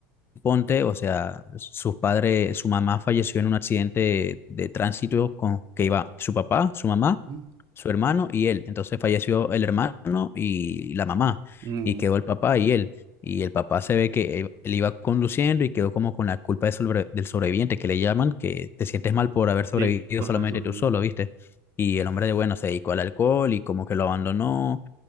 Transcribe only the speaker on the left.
ponte, o sea, sus padres, su mamá falleció en un accidente de tránsito con que iba su papá, su mamá
su hermano y él. Entonces falleció el hermano y la mamá,
y quedó el papá y él. Y el papá se ve que él él iba conduciendo y quedó como con la culpa de sobre- del sobreviviente, que le llaman, que te sientes mal por haber sobrevivido
solamente
tú solo, ¿viste? Y el hombre de bueno se dedicó al alcohol y como que lo abandonó.